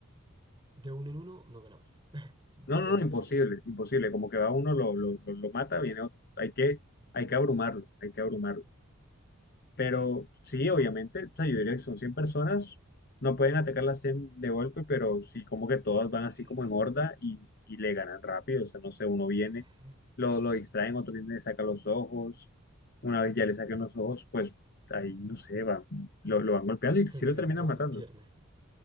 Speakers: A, on the right; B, on the left.
A: de uno en uno no ganamos.
B: no,
A: Te lo
B: no,
A: dejo
B: no, imposible,
A: así de fácil.
B: imposible, como que va uno, lo, lo, lo, lo mata, viene otro. Hay que, hay que abrumarlo, hay que abrumarlo. Pero sí, obviamente, o sea, yo diría que son 100 personas, no pueden atacar las 100 de golpe, pero sí como que todas
A: Sí,
B: van así
A: sí,
B: como
A: sí.
B: en horda y, y le ganan rápido, o sea, no sé, uno viene,
A: <laughs>
B: lo, lo distraen, otro viene, le saca los ojos, una vez ya le saquen los ojos, pues ahí, no sé, van, lo, lo van golpeando y sí
A: Pues
B: lo
A: alguien
B: terminan
A: se quedó
B: matando.
A: sin piernas.